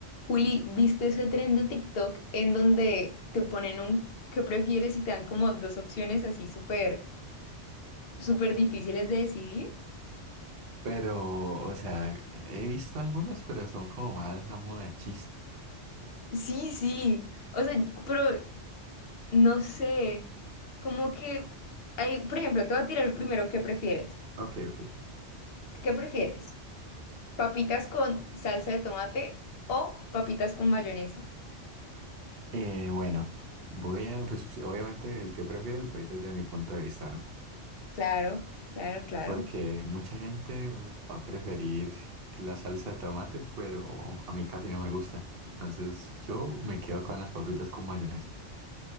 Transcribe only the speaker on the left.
Juli, ¿viste ese tren de TikTok en donde te ponen un qué prefieres y te dan como dos opciones así súper, súper difíciles de decidir?
Sí, sí, o sea, pero no sé, como que hay, por ejemplo, te voy a tirar el primero, ¿qué prefieres?
¿Qué prefieres? ¿Papitas con salsa de tomate o papitas con mayonesa?
Claro, claro, claro.